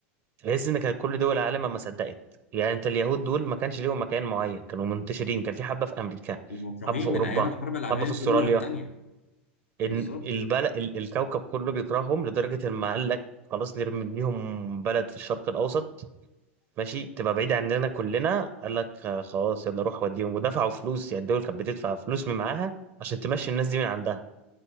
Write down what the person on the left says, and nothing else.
يعني مكروهين
من ايام الحرب العالمية
الاولى
والتانية
بالظبط